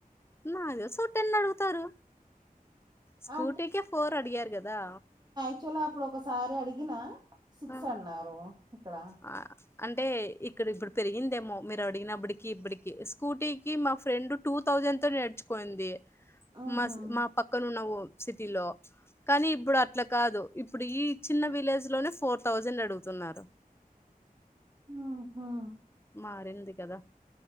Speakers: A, on the left; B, on the right.
A: నాకు తెలిసి ఒక టెన్ అడుగుతారు స్కూటీకే
B: ఆ
A: ఫోర్ అడిగారు కదా
B: <unintelligible> యాచులో అప్పుడు ఒకసారి అడిగిన సిక్స్
A: ఆ
B: అన్నారు ఇక్కడ
A: ఆ అంటే ఇక్కడ ఇప్పుడు పెరిగిందేమో మీరు అడిగినప్పటికి ఇప్పటికి స్కూటీకి మా ఫ్రెండ్ టూ థౌజండ్ తో నేర్చుకుంది
B: ఆహా
A: మా మా పక్కనున్న ఓ సిటీలో కానీ ఇప్పుడు అట్లా కాదు ఇప్పుడు ఈ చిన్న విలేజ్ లోనే ఫోర్ థౌజండ్ అడుగుతున్నారు
B: ఆహా
A: మారింది కదా